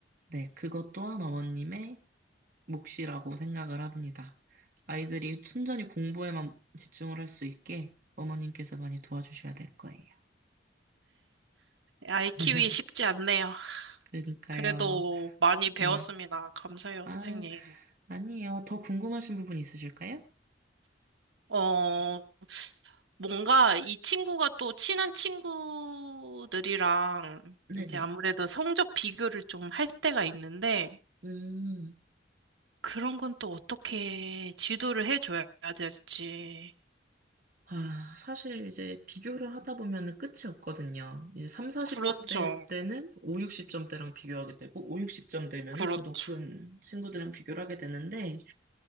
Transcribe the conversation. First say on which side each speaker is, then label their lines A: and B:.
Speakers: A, on the right; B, on the right.
A: 네, 그것 또한 어머님의 몫이라고 생각을 합니다. 아이들이 순전히 공부에만 집중을 할 수 있게 어머님께서 많이 도와주셔야 될 거예요.
B: 아이
A: <laughs>
B: 키우기 쉽지 않네요.
A: 그러니까요.
B: 그래도 많이 배웠습니다.
A: 네.
B: 감사해요,
A: 아,
B: 선생님.
A: 아니에요. 더 궁금하신 부분 있으실까요?
B: 어, 뭔가 이 친구가 또 친한 친구들이랑
A: 네네.
B: 이제 아무래도 성적 비교를 좀 할 때가 있는데
A: 음.
B: 그런 건 또 어떻게 지도를 해줘야 될지.
A: 아, 사실 이제 비교를 하다 보면은 끝이 없거든요. 이제 3, 40점대일
B: 그렇죠.
A: 때는 5, 60점대랑 비교하게 되고, 5, 60점대면은
B: 그렇죠.
A: 더 높은 친구들이랑 비교를 하게 되는데,